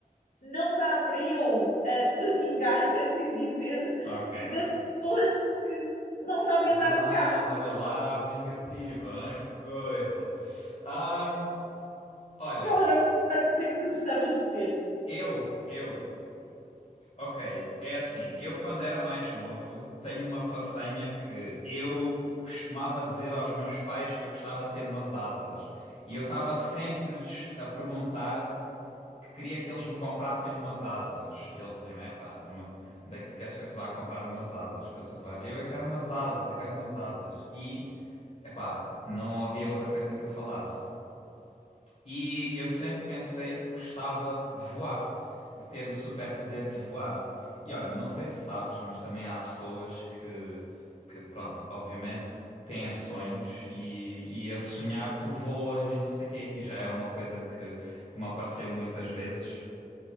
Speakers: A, on the left; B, on the left.
A: não dá para eu ah, me vingar, <laughs> por assim dizer,
B: Ok.
A: das pessoas que não sabem
B: Ah,
A: andar de carro,
B: olha lá, vingativa, hein? Que coisa. Ahm, olha,
A: que era o melhor poder que tu gostavas de ter.
B: eu, eu, ok, é assim, eu quando era mais novo tenho uma façanha que eu costumava dizer aos meus pais que eu gostava de ter umas asas. E eu estava sempre-lhes a perguntar que queria que eles me comprassem umas asas. E eles diziam: É pá, tu- onde onde é que tu queres que eu te vá comprar umas asas para tu voar? E eu, eu quero umas asas, eu quero umas asas. E é pá, não havia outra coisa em que eu falasse. E eu sempre pensei que gostava de voar, de ter o superpoder de voar. E olha, não sei se sabes, mas também há pessoas que, que pronto, obviamente. Têm sonhos e, e a sonhar tu voas e não sei o quê. E já é uma coisa que que me apareceu muitas vezes.